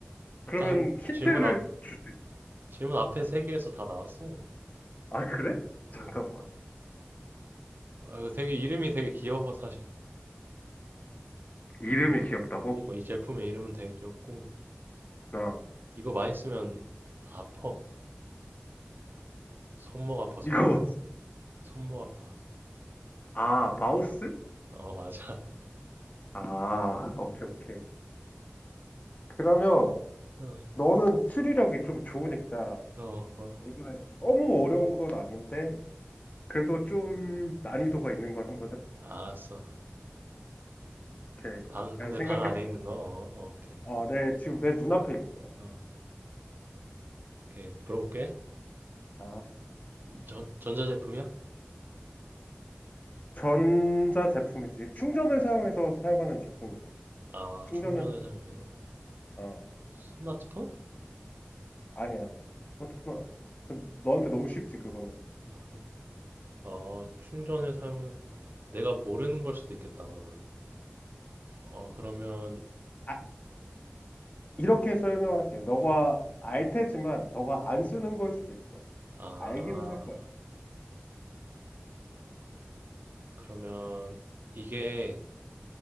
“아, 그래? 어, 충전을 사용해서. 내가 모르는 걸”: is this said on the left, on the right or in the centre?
Right